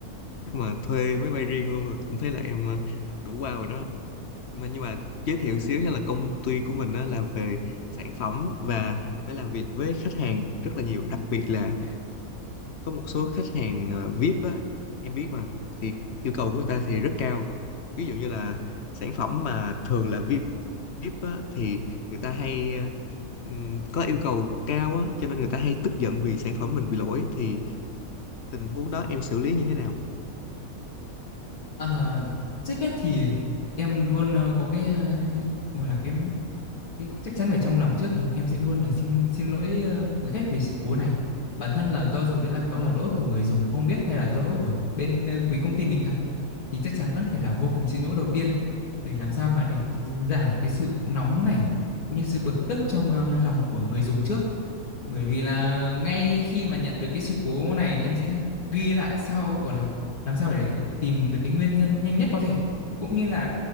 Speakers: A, on the left; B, on the left.
A: mà thuê máy bay riêng luôn là cũng thấy là em ờ, đủ wow rồi đó mà nhưng mà giới thiệu xíu nha là công ty của mình đó làm về sản phẩm và phải làm việc với khách hàng rất là nhiều đặc biệt là có một số khách hàng ờ, VIP á em biết mà thì yêu cầu của người ta thì rất cao ví dụ như là sản phẩm mà thường là VIP Jeep á, thì người ta hay ờ, ừm, có yêu cầu cao á, cho nên người ta hay tức giận vì sản phẩm mình bị lỗi thì tình huống đó em xử lý như thế nào?
B: Ờ, trước hết thì em luôn ờ, có cái ờ, gọi là cái cái chắc chắn phải trong lòng trước là em sẽ luôn là xin xin lỗi ờ, quý khách vì sự cố này bản thân là do dù đấy là có là lỗi của người dùng không biết hay là do lỗi của bên ờ, quý công ty mình thật thì chắc chắn vẫn phải là vô cùng xin lỗi đầu tiên để làm sao mà để giảm cái sự nóng này cũng như sự bực tức trong ờ, lòng của người dùng trước bởi vì là ngay khi mà nhận được cái sự cố này thì em sẽ ghi lại sau gọi là làm sao để tìm được cái nguyên nhân nhanh nhất có thể cũng như là